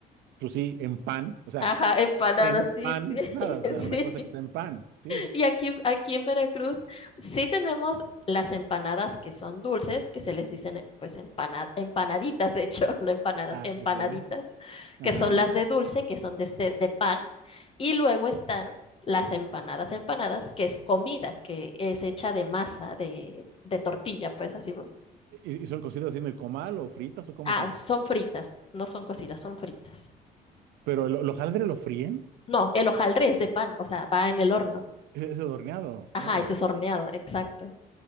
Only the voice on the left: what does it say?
Ajá, empanadas,
sí,
sí, <laughs>
sí.
Y aquí, aquí en Veracruz sí tenemos las empanadas que son dulces, que se les dicen eh, pues empana- empanaditas, de hecho, <laughs> no empanadas,
empanaditas,
que son las de dulce, que son de este de pan, y luego están las empanadas, empanadas, que es comida, que es hecha de masa, de, de tortilla, pues así. ¿no?
Ah,
son fritas, no son cocidas, son fritas.
No, el hojaldre es de pan, o sea, va en el horno.
Ajá,
ese es horneado, exacto.